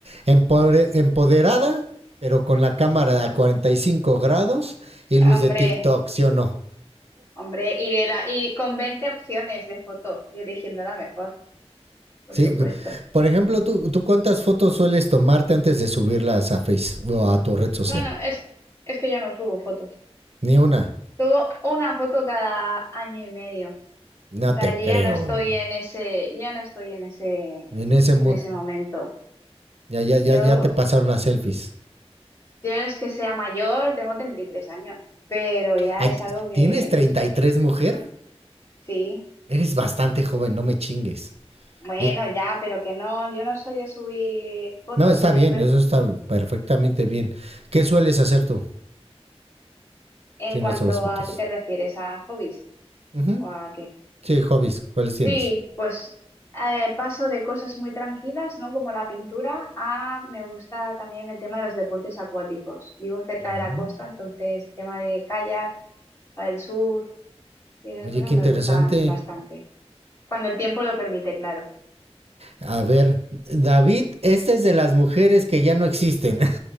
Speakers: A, on the right (about 65°); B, on the left (about 25°).
A: Empore- empoderada, pero con la cámara a 45 grados y
B: Hombre.
A: luz de TikTok, ¿sí o no?
B: Hombre, y, de la, y con 20 opciones de foto y eligiendo la mejor, por
A: Sí,
B: supuesto.
A: cu- por ejemplo, ¿tú, tú cuántas fotos sueles tomarte antes de subirlas a Facebook o a tu red social?
B: Bueno, es, es que yo no subo fotos.
A: Ni una.
B: Subo una foto cada año y medio. O
A: No
B: sea,
A: te
B: yo
A: creo.
B: ya no estoy en ese, ya no estoy en ese,
A: En ese mood.
B: en ese momento.
A: Ya, ya, ya,
B: Yo,
A: ya te pasaron las selfies.
B: yo no es que sea mayor, tengo 33 años, pero ya
A: Ay,
B: es
A: ti-
B: algo que
A: ¿tienes treinta y tres mujer?
B: sí,
A: Eres bastante joven, no me chingues.
B: bueno,
A: Yo,
B: ya, pero que no, yo no soy de subir fotos,
A: no, está
B: soy
A: bien,
B: re-
A: eso está perfectamente bien. ¿Qué sueles hacer tú
B: en
A: si
B: cuanto
A: no subes fotos?
B: a qué te refieres, a hobbies
A: Ujú.
B: o a qué.
A: Sí, hobbies, ¿cuáles
B: Sí,
A: tienes?
B: pues eh, paso de cosas muy tranquilas, ¿no? Como la pintura, a me gusta también el tema de los deportes acuáticos. Vivo cerca
A: Mm.
B: de la costa, entonces tema de kayak, del sur y esas
A: Oye,
B: cosas
A: qué
B: me
A: interesante.
B: gustan bastante. Cuando el tiempo lo permite, claro.
A: A ver, David, esta es de las mujeres que ya no existen.